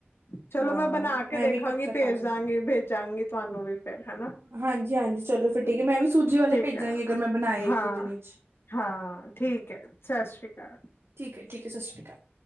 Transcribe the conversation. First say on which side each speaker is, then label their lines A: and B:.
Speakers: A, on the left; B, on the right.
A: ਚਲੋ
B: ਹਾਂ
A: ਮੈਂ ਬਨਾ ਕੇ ਦੇਖਾਂਗੀ,
B: ਐਵੇਂ ਹੀ ਕੱਚਾ ਖਾ
A: ਭੇਜ
B: ਜਾਂਦਾ
A: ਦਾਂਗੀ, ਭੇਜਾਂਗੀ ਤੂਆਨੂੰ ਵੀ। ਫੇਰ ਹੇਨਾ,
B: ਹਾਂਜੀ-ਹਾਂਜੀ ਚਲੋ ਫਿਰ
A: ਹੂੰ
B: ਠੀਕ ਹੈ ਮੈਂ ਵੀ ਸੂਜੀ
A: <unintelligible>
B: ਵਾਲੇ ਭੇਜਾਂਗੀ ਅਗਰ ਮੈਂ ਬਣਾਏ ਇੱਕ
A: ਹਾਂ।
B: ਦੋ ਦਿਨ ਵਿੱਚ
A: ਹਾਂ, ਠੀਕ ਐ, ਸਸ੍ਰੀ ਕਾਲ।
B: ਠੀਕੈ, ਠੀਕੈ, ਸਸ੍ਰੀ ਕਾਲ।